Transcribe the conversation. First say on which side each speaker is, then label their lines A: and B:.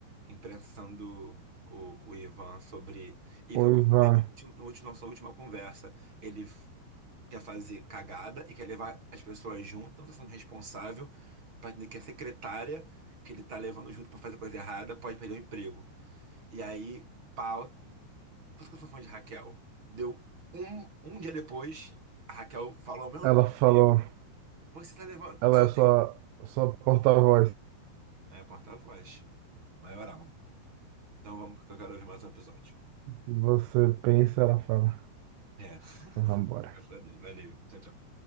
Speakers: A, on the right (about 25°); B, on the right (about 80°).
A: imprensando o, o Ivan sobre. E
B: O
A: foi o que
B: Ivan,
A: eu falei no último, no último- nossa última conversa. Ele quer fazer cagada e quer levar as pessoas junto, então tá sendo responsável, pra- que a secretária que ele tá levando junto pra fazer coisa errada pode perder o emprego. E aí, pau, por isso que eu sou fã de Raquel. Deu um, um dia depois, a Raquel falou o mesmo
B: ela
A: ponto
B: falou,
A: que eu. Você tá levando
B: ela
A: ao.
B: é sua, sua porta-voz.
A: É, porta-voz, maioral. Então vamos que eu quero ouvir mais um episódio.
B: Você pensa, ela fala,
A: É, <laughs>
B: vamos embora.
A: graças a Deus. Valeu. Tchau, tchau.